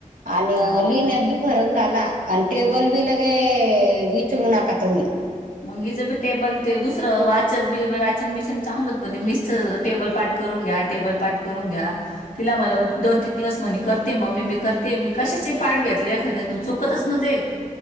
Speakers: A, on the right (about 75°); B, on the left (about 80°).
A: आणि
B: हो.
A: लिहिण्यात बी फरक झाला आणि टेबल बी लगे विचरू नका तुम्ही.
B: मग हीच बी टेबल ते दुसरं वाचत बी वाचन बिचन चांगलं पण ते मिस टेबल पाठ करून घ्या टेबल पाठ करून घ्या तिला मग दोन तीन दिवस म्हने करते मम्मे मी करते मी कशाचे पाठ घेतलय एखाद्यात चुकतच ना तेे!